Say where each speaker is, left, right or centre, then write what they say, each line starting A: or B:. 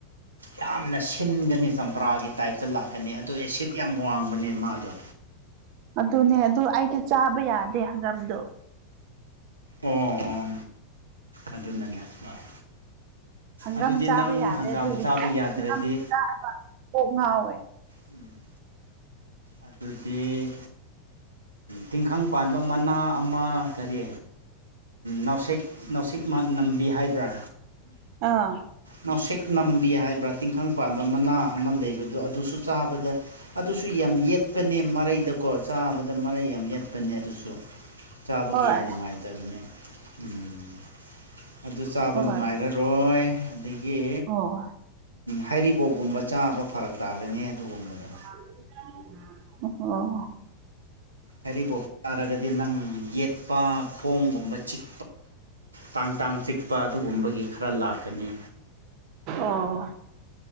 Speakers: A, on the right (about 80°); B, on the right (about 40°).
A: ꯌꯥꯝꯅ ꯁꯤꯟꯒꯅꯤ ꯆꯝꯄ꯭ꯔꯥꯒꯤ ꯇꯥꯏꯞꯇ ꯂꯥꯛꯀꯅꯤ ꯑꯗꯣ ꯑꯦꯁꯤꯠ ꯌꯥꯝ ꯋꯥꯡꯕꯅꯦ ꯃꯥꯗꯣ
B: ꯑꯗꯨꯅꯦ ꯑꯗꯨ ꯑꯩꯗꯤ ꯆꯥꯕ ꯌꯥꯗꯦ ꯍꯪꯒꯥꯝꯗꯣ
A: ꯑꯣ ꯑꯣ ꯑꯗꯨꯅꯅꯦ ꯍꯣꯏ
B: ꯍꯪꯒꯥꯝ
A: ꯑꯗꯨꯗꯤ
B: ꯆꯥꯕ
A: ꯅꯪ
B: ꯌꯥꯗꯦ
A: ꯍꯪꯒꯥꯝ
B: ꯑꯗꯨꯒꯤ
A: ꯆꯥꯕ ꯌꯥꯗ꯭ꯔꯗꯤ
B: ꯍꯪꯒꯥꯝ ꯆꯥꯔꯕ ꯀꯣꯛ ꯉꯥꯎꯋꯦ
A: ꯎꯝ ꯑꯗꯨꯗꯤ ꯇꯤꯡꯈꯪ ꯄꯥꯟꯕ ꯃꯅꯥ ꯑꯃ ꯀꯔꯤ ꯅꯥꯎꯁꯦꯛ ꯅꯥꯎꯁꯦꯛ ꯅꯝꯕꯤ ꯍꯥꯏꯕ꯭ꯔꯥ
B: ꯑꯥ
A: ꯅꯥꯎꯁꯦꯛ ꯅꯝꯕꯤ ꯍꯥꯏꯕ꯭ꯔꯥ ꯇꯤꯡꯈꯪ ꯄꯥꯟꯕꯤ ꯃꯅꯥ ꯑꯃ ꯂꯩꯕꯗꯣ ꯑꯗꯨꯁꯨ ꯆꯥꯕꯗ ꯑꯗꯨꯁꯨ ꯌꯥꯝ ꯌꯦꯠꯄꯅꯦ ꯃꯔꯩꯗꯀꯣ ꯆꯥꯕꯗ ꯃꯔꯩ ꯌꯥꯝ ꯌꯦꯠꯄꯅꯦ ꯑꯗꯨꯁꯨ ꯆꯥꯕ
B: ꯍꯣꯏ
A: ꯌꯥꯝ ꯅꯨꯡꯉꯥꯏꯇꯕꯅꯦ ꯎꯝ ꯑꯗꯨ ꯆꯥꯕ
B: ꯍꯣꯏ
A: ꯅꯨꯡꯉꯥꯏꯔꯥꯔꯣꯢ ꯍꯣꯏ ꯑꯗꯒꯤ
B: ꯑꯣ
A: ꯍꯩꯔꯤꯕꯣꯞꯀꯨꯝꯕ ꯆꯥꯕ ꯐꯔꯛ ꯇꯥꯒꯅꯤ ꯑꯗꯨꯒꯨꯝꯕꯗꯣ
B: ꯑꯣ
A: ꯍꯥꯏꯔꯤꯕꯣꯞ ꯇꯥꯔꯒꯗꯤ ꯅꯪ ꯌꯦꯠꯄ ꯈꯣꯡꯒꯨꯝꯕ ꯆꯤꯛ ꯇꯥꯡ ꯇꯥꯡ ꯆꯤꯛꯄ ꯑꯗꯨꯒꯨꯝꯕꯒꯤ ꯈꯔ ꯂꯥꯛꯀꯅꯤ
B: ꯑꯣ